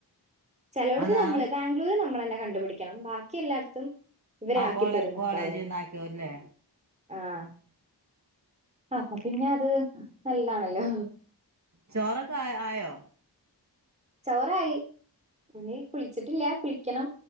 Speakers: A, on the right; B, on the right.
A: ചെലോടുത്ത്
B: അതാ
A: നമ്മള് ബാങ്ക് ദൂരം നമ്മള്ന്നെ കണ്ടുപിടിക്കണം ബാക്കി എല്ലായിടത്തും ഇവരാക്കി
B: ആ കോളേ
A: തരും നിക്കായുള്ളത്.
B: കോളേജിന്നാക്കിയല്ലേ
A: ആഹ് ആഹ് അപ്പൊ പിന്നെ അത് നല്ലാണല്ലോ.
B: ചോറൊക്കെ ആയോ
A: ചോറായി ഇനി കുളിച്ചിട്ടില്ല കുളിക്കണം.